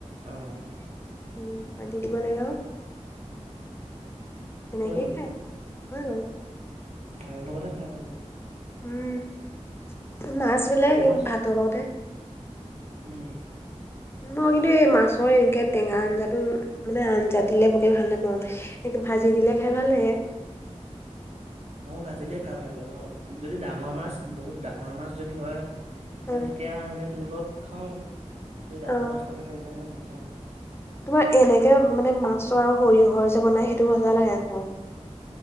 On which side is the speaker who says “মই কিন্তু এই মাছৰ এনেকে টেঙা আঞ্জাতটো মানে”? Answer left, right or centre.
Left